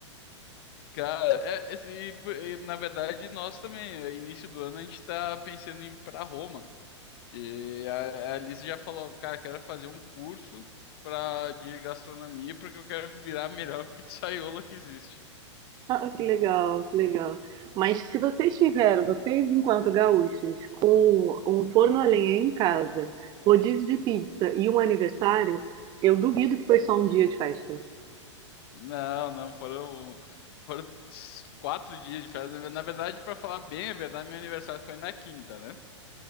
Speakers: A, on the left; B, on the right.
A: Cara, é, esse- e, na verdade, nós também, eh, início do ano, a gente tá pensando em ir pra Roma. E a, a Alice já falou, cara, quero fazer um curso pra, de gastronomia porque eu quero virar a melhor pizzaiola que existe.
B: Ah, que legal, que legal. Mas se vocês tiveram, vocês enquanto gaúchos, com um forno a lenha em casa, rodízio de pizza e um aniversário, eu duvido que foi só um dia de festa.
A: Não, não, foram, foram quatro dias de festa. Na verdade, pra falar bem a verdade, meu aniversário foi na quinta, né?